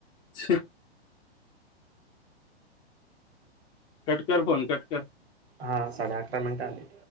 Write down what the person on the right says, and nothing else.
हा साडे अकरा मिनटं आली.